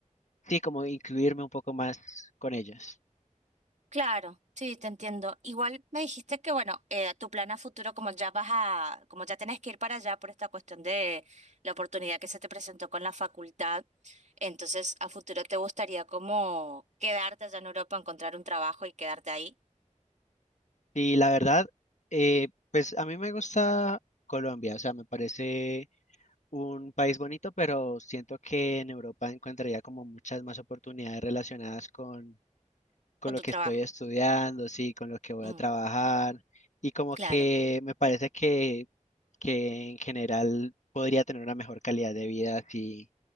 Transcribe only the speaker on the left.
sí, como incluirme un poco más con ellos.
Y la verdad, eh, pues a mí me gusta Colombia, o sea, me parece un país bonito, pero siento que en Europa encontraría como muchas más oportunidades relacionadas con, con
lo
que
estoy estudiando, sí, con lo que voy
a trabajar, y como
que me parece que, que en general podría tener una mejor calidad de vida si,